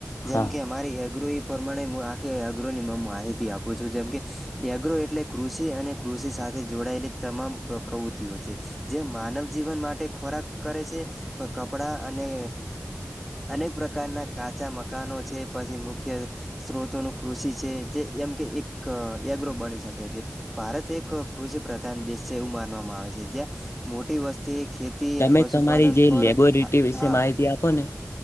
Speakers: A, in the centre; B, on the left.
A: જેમ
B: હા
A: કે અમારી એગ્રોહી પ્રમાણે મું આ કે એગ્રોની મ માહિતી આપું છું. જેમકે એગ્રો એટલે કૃષિ અને કૃષિ સાથે જોડાયેલી તમામ પ્ર પ્રવૃત્તિઓ છે. જે માનવ જીવન માટે ખોરાક કરે છે. કપડાં અને અનેક પ્રકારના કાચા મકાનો છે, પછી મુખ્ય સ્ત્રોતોનું કૃષિ છે. જે એમ કે એક એગ્રો બની શકે છે. ભારત એક કૃષિ પ્રધાન દેશ છે એવું માનવામાં આવે છે. છે. જ્યાં મોટી વસ્તી, ખેતી
B: તમે
A: પશુપાલન
B: તમારી જે
A: પર
B: લેબોરેટરી વિશે
A: હા
B: માહિતી આપો ને